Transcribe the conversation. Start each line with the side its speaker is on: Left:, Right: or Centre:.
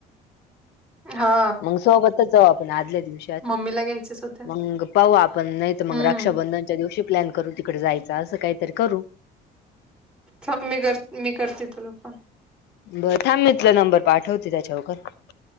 Centre: हा
Left: मंग सोबतच जाऊ आपण आदल्या दिवस.
Centre: मम्मीला घ्यायचेच होत्या.
Left: मग पाहू आपण नाही तर
Centre: हम्म
Left: मग रक्षाबंधनच्या दिवशी प्लॅन करू तिकडे जायचं असं काहीतरी करू
Centre: थाब मी कर मी करते तुला फोन
Left: बर थांब तूला नंबर पाठवते त्याच्यावरकर